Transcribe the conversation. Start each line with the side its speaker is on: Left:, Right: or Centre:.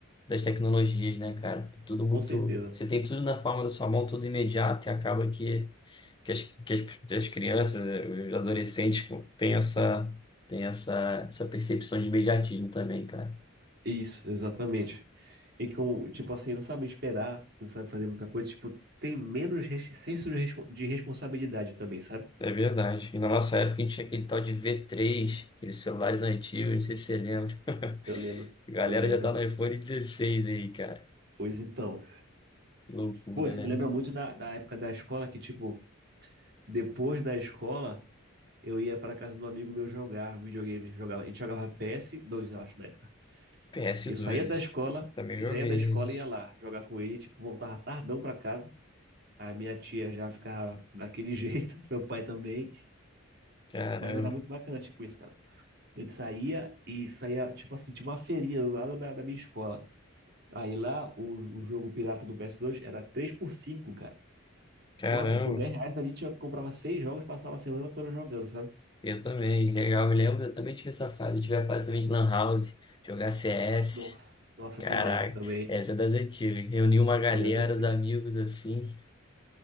Left: das tecnologias, né, cara? Tudo
Right: com
Left: muito.
Right: certeza.
Left: Você tem tudo na palma da sua mão, tudo imediato, e acaba que, que, as, que as, as crianças, eh, os adolescentes, pô, têm essa, têm essa, essa percepção de imediatismo também, cara.
Right: Isso, exatamente. E com, tipo assim, não sabe esperar, não sabe fazer muita coisa, tipo, tem menos res- senso de respo- de responsabilidade também, sabe?
Left: É verdade. E na nossa época a gente tinha aquele tal de v três aqueles celulares antigos, não sei se você lembra. <laughs>
Right: Eu lembro.
Left: A galera
Right: Eu lembro.
Left: já tá no iPhone 16 aí, cara.
Right: Pois então.
Left: Que loucura,
Right: Bom, isso
Left: né?
Right: me lembra muito da, da época da escola que, tipo, depois da escola, eu ia para casa do amigo meu jogar videogame. Jogava, ele jogava PS2, eu acho, na época.
Left: ps
Right: Eu saía
Left: dois
Right: da
Left: isso.
Right: escola,
Left: Eu Também
Right: e
Left: joguei
Right: saía da escola
Left: esse.
Right: e ia lá jogar com ele, tipo, voltava tardão para casa. A minha tia já ficava daquele <laughs> jeito, meu pai também.
Left: Caramba,
Right: Mas era muito bacana, tipo, isso, cara. A gente saía e saía, tipo assim, tinha uma feirinha do lado da, da minha escola. Aí lá, o, o jogo pirata do PS2 era 3 por 5,
Left: caramba.
Right: Nossa, e com 10 reais a gente comprava seis jogos, passava a semana toda jogando, sabe?
Left: Eu também, legal. Eu lembro, eu também tive essa fase. Eu tive a fase também de Lan House, jogar CS.
Right: Nossa, nossa,
Left: Caraca,
Right: eu também, eu também.
Left: essa é das antigas. Reunir uma galera,
Right: É das antigas.
Left: os amigos assim.